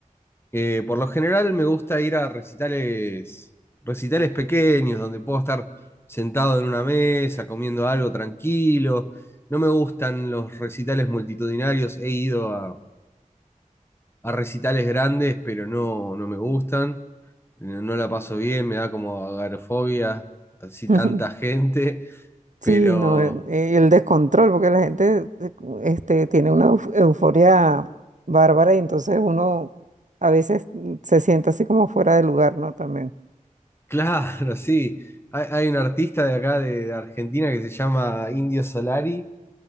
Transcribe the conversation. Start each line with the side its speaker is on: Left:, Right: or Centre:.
Left: Eh, por lo general me gusta ir a recitales, recitales pequeños donde puedo estar sentado en una mesa comiendo algo tranquilo. No me gustan los recitales multitudinarios, he ido a, a recitales grandes, pero no, no me gustan, no no la paso bien, me da como agorafobia así
Right: <laughs>
Left: tanta gente,
Right: Sí,
Left: pero...
Right: no, eh, eh, el descontrol, porque la gente eh, este, tiene una euf- euforia bárbara y entonces uno a veces mm, se siente así como fuera de lugar, ¿no? También.
Left: Claro, sí. Hay, hay un artista de acá de, de Argentina que se llama Indio Solari,